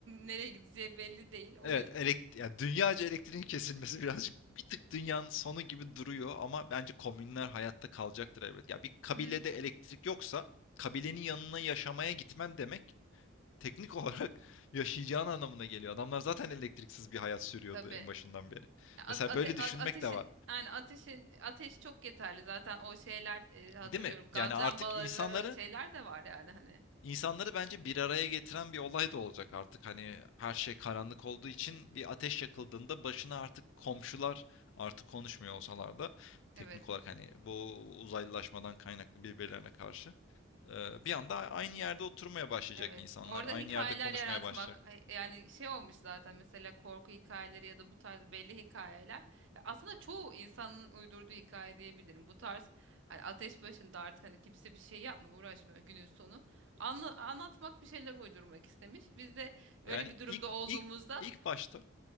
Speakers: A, on the right; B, on the left.
A: nereye gideceği belli değil. O
B: evet
A: yüzden.
B: elekt ya dünyaca elektriğin kesilmesi birazcık bir tık dünyanın sonu gibi duruyor ama bence komünler hayatta kalacaktır elbet. Ya bir kabilede
A: Hı hı.
B: elektrik yoksa kabilenin yanına yaşamaya gitmen demek teknik olarak <laughs> yaşayacağın anlamına geliyor. Adamlar zaten elektriksiz bir hayat sürüyordu
A: Tabii.
B: en başından beri.
A: Ya ate-
B: Mesela böyle
A: a-
B: düşünmek
A: ateşin
B: de var.
A: yani ateşin ateş çok yeterli. Zaten o şeyler e, hatırlıyorum.
B: Değil mi?
A: Gaz
B: Yani artık
A: lambaları
B: insanları
A: şeyler de var yani hani.
B: İnsanları bence bir araya getiren bir olay da olacak artık. Hani her şey karanlık olduğu için bir ateş yakıldığında başına artık komşular artık konuşmuyor olsalar da teknik
A: Evet.
B: olarak hani bu uzaylılaşmadan kaynaklı birbirlerine karşı e, bir anda aynı yerde oturmaya başlayacak
A: Evet,
B: insanlar,
A: orada
B: aynı
A: hikayeler
B: yerde konuşmaya
A: yaratmak
B: başlayacak.
A: ay- yani şey olmuş zaten mesela korku hikayeleri ya da bu tarz belli hikayeler. Ya aslında çoğu insanın uydurduğu hikaye diyebilirim. Bu tarz hani ateş başında artık hani kimse bir şey yapmıyor, uğraşmıyor günün sonu. Anla- anlatmak bir şeyler uydurmak istemiş. Biz de öyle
B: Yani
A: bir durumda
B: ilk
A: olduğumuzda
B: ilk ilk başta